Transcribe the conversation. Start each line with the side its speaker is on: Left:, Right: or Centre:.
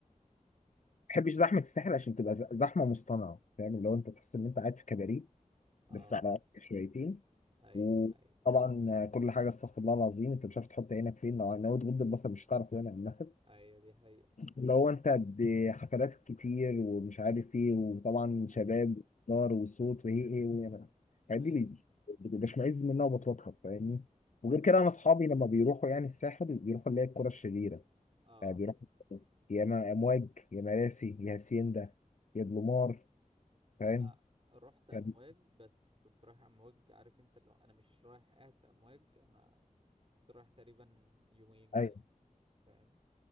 Left: بحبش زحمه الساحل عشان تبقى ز- زحمه مصطنعه فاهم اللي هو انت تحس ان انت قاعد في كباريه
Right: اه
Left: بس على قد شويتين
Right: أيوه
Left: وطبعا
Right: أيوه
Left: كل حاجه استغفر الله العظيم انت مش عارف تحط عينك فين لو ناوي تغض البصر مش هتعرف يعني <laughs>
Right: أيوه دي حقيقة
Left: اللي هو انت بحفلات كتير ومش عارف ايه وطبعا شباب
Right: أيوه
Left: وهزار وصوت وايه ايه وايه الحاجات
Right: أيوه
Left: دي بي- بشمئز منها وبتوتر فاهمني وغير كده انا اصحابي لما بيروحوا يعني الساحل بيروحوا اللي هي الكرة الشريرة
Right: اه
Left: يعني بيروحوا يا اما امواج يا مراسي يا هاسيندا يا بلومار فاهم
Right: أنا رحت أمواج
Left: فب-
Right: بس كنت رايح أمواج عارف أنت اللي هو أنا مش رايح قاعد في أمواج أنا كنت رايح تقريبا يومين كده
Left: ايوه
Right: فاهم